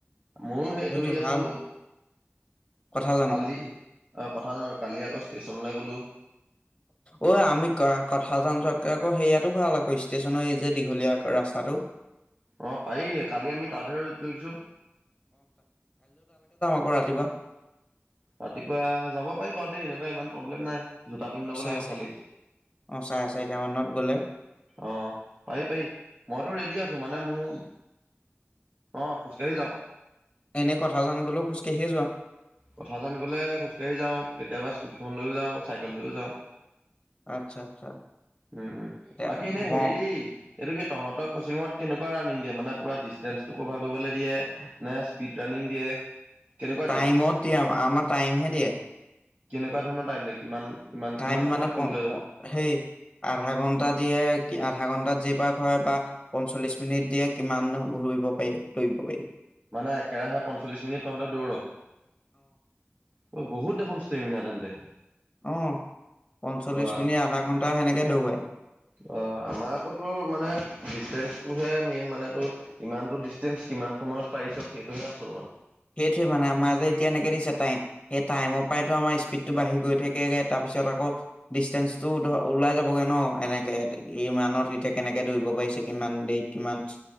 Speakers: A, on the right (about 40°); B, on the left (about 20°).
A: ময়ো সেই
B: সেইটোৱে
A: দৌৰি আছোঁ।
B: ভাল কথা জানো
A: কালি অ' কথা জানো কালি আকৌ ষ্টেচনলৈ গ'লো
B: অ' আমি কথা জান চোৱাতকে আকৌ সেইয়াতো ভাল আকৌ ষ্টেচনৰ এই যে দীঘলীয়া ৰাস্তা <inaudible>
A: অ পাৰি কালি আমি তাতহে ৰ ধৰিবিছো
B: পৰা ৰাতিপুৱা
A: ৰাতিপুৱা যাব পাৰি বাৰু দেই এনেকুৱা ইমান প্ৰব্লেম নাই জোতা পিন্ধি ল'ব
B: চাৰে
A: লাগিব
B: চাৰি
A: খালি।
B: অ চাৰে চাৰিটা মানত গ'লে
A: অ' পাৰি পাৰি মইতো ৰেডি আছো মানে মোৰ অ', খোজকাঢ়ি যাওঁ।
B: এনে কথা জান গলেও খোজকাাঢ়িয়ে যোৱা
A: কথা জান গলে খোজকাঢ়ি যাওঁ কেতিয়াবা স্কুটিখন লৈয়ও যাওঁ চাইকেল লৈয়ও যাওঁ
B: আচ্ছা আচ্ছা
A: উম উম
B: এতিয়া
A: বাকী এনেই
B: ম
A: হেৰি এইটো কি তহঁতৰ কচিঙত কেনেকুৱা ৰাণনিং দিয়ে মানে পুৰা ডিষ্টেন্ঞ্চটো কভাৰ কৰিবলৈ দিয়ে নে স্পীড ৰা দিয়ে কেনেকুৱা
B: টাইমত
A: দিয়ে
B: দিয়ে আমাৰ টাইমহে দিয়ে
A: কেনেকুৱা ধৰণৰ টাইম দে কিমান ইমান
B: টাইম
A: কিমান সময়ত
B: মানে প
A: কৰিবলৈ
B: সেই আধা ঘন্টাত দিয়ে আধা ঘন্টাত যেই পাক হয় পঞ্চল্লিশ মিনিট দিয়ে কিমান ঘূৰিব পাৰি দৌৰিব পাৰি
A: মানে একেৰাহে পঞ্চল্লিশ মিনিট তহঁতে দৌৰ অ' বহুত দেখোন ষ্টেমিনাাৰ তেন্তে
B: অ 'পঞ্চল্লিশ
A: বা
B: মিনিট আধা ঘন্টা সেনেকে দৌবাই
A: অ' আমাৰ আকৌ টোৰ মানে ডিচেঞ্চটোহে মেইন মানো ইমানতটো ডিচেঞ্চ কিমান সময়ত পাৰিছ সেইটোহে আচল মানে।
B: সেইটোৱে মানে আমাৰ যে এতিয়া এনেকে দিছে টাইম সেই টাইমৰ পৰায়ে আমাৰ স্পীদ টো বাঢ়ি গৈ থাকেগে তাৰ পিছত আকৌ ডিসট্যান্সটো ওলাই যাবগে ন এনেকে কিমানত এতিয়া কেনেকে ধৰিব পাৰিছে। কিমান দেৰিত কিমান